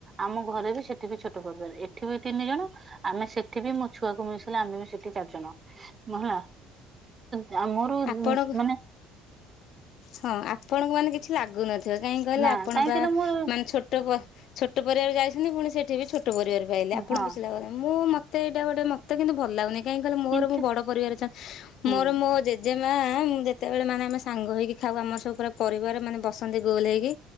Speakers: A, on the right (about 30°); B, on the left (about 60°).
A: ଆମ ଘରେ ବି ସେଠି ବି ଛୋଟ ପରିବାର ଏଠି ବି ତିନି ଜଣ ଆମେ ସେଠି ବି ମୋ ଛୁଆକୁ ମିସେଇଲେ ଆମେ ବି ସେଠି ଚାରିଜଣ ହଁ ହେଲା ତ ମୋର
B: ଆପଣଙ୍କୁ
A: ମାନେ
B: ହଁ ଆପଣଙ୍କୁ ମାନେ କିଛି ଲାଗୁନଥିବ କାହିଁକି କହିଲେ
A: ନା
B: ଆପଣ
A: କାହିଁ
B: ବା
A: କହିଲ ମୋର
B: ମାନେ ଛୋଟ ପ ଛୋଟ ପରିବାରରେ ଯାଇଛନ୍ତି ପୁଣି ସେଇଠି ବି ଛୋଟ ପରିବାର ବି ପାଇଲେ ଆପଣଙ୍କୁ
A: ହଁ
B: କିଛି ଲାଗୁନହି ମୁଁ ମ ମତେ ଏଇଟା ଗୋଟେ ମତେ କିନ୍ତୁ ଭଲ ଲାଗୁନି କାହିଁ କହିଲ ମୋର
A: କିନ୍ତୁ
B: ବ ପରିବାର ଅଛନ୍ତି
A: ହୁଁ
B: ମୋର ମୋ ଯେ ଜେଜେ ମା ମୁଁ ଯେତେବେଳେ ମାନେ ଆମେ ସାଙ୍ଗ ହେଇକି ଖାଉ ଆମର ସବୁ ପୁରା ପରିବାର ମାନେ ବସନ୍ତି ଗୋଲ ହେଇକି